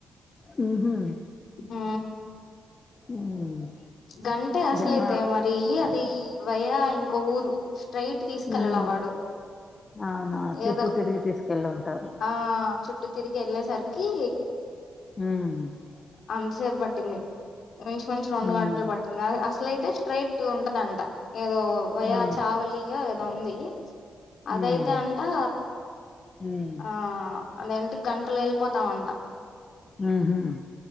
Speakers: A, on the left; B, on the left.
A: మ్ ఉహు
B: ఆ
A: ఉమ్
B: గంటే అసలైతే
A: జన్మ
B: మరి ఇ అది ఇ వయా ఇంకో ఊరు స్ట్రెయిట్ తీసుకెళ్లలా
A: ఉమ్
B: వాడు
A: అవునా చుట్టూ
B: ఏదో
A: తిరిగి తీసుకెళ్ళి ఉంటారు
B: ఆ చుట్టు తిరిగి ఎల్లేసరికి
A: మ్
B: అంతసేపు పట్టింది ఇంచుమించు రెండు
A: ఉమ్
B: గంట అసలైతే స్ట్రైట్ ఉంటదంట ఏదో వయా
A: ఆ
B: చావలి లి ఏదో ఉంది అదైతే
A: ఉమ్
B: అంటా
A: ఉమ్
B: ఆ అదేంటి గంటలో ఎళ్ళిపోతామంట
A: మ్ ఉహుమ్